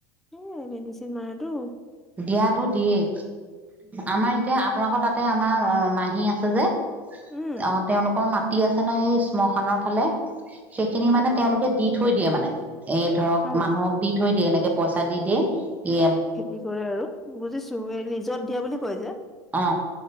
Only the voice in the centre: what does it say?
এ মেডিচিন মাৰেটো।
উম
অ
অ
খেতি কৰে আৰু বুজিছো এই লিজত দিয়া বুলি কয় যে।